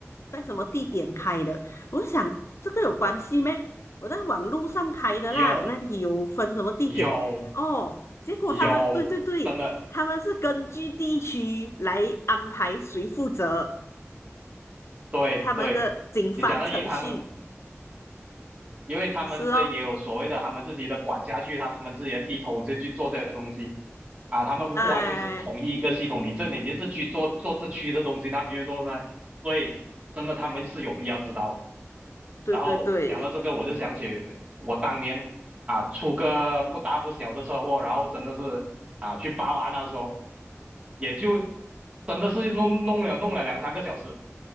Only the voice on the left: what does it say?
在什么地点开的？我就想这个有关系咩？我在网路上开的啦，
那里有分什么地点？
哦，结果他们对对对，
他们是根据地区来安排谁负责，
他们的警方程序
是哦，
哎，
对对对，